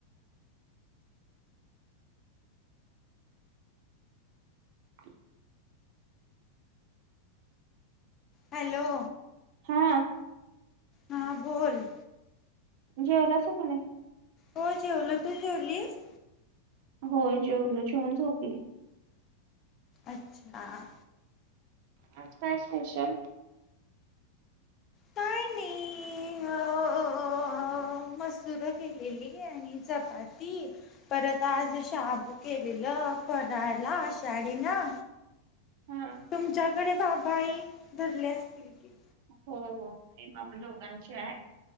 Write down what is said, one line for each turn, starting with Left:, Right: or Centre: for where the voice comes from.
Right: <inaudible>
Left: हॅलो.
Right: हा.
Left: हा, बोल.
Right: जेवलासा का नाय?
Left: हो जेवलो, तू जेवलीस?
Right: हो जेवलो, जेवून झोपलो.
Left: अच्छा!
Right: आज काय स्पेशल?
Left: काय नाही अ मसूर केलेली आणि चपाती. परत, आज शाबू केलेलं फराळला आषाढीला.
Right: हा
Left: तुमच्याकडे बाबाआई धरले असतील की.
Right: हो हे माम दोघांची आहे.